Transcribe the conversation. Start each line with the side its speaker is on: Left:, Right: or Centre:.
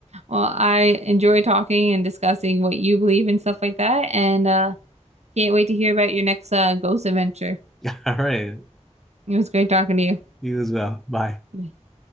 Right: Well, I enjoy talking and discussing what you believe and stuff like that, and uh, can't wait to hear about your next uh, ghost adventure.
Centre: <laughs> All right,
Right: It was great talking to
Centre: you as well. Bye.
Right: you.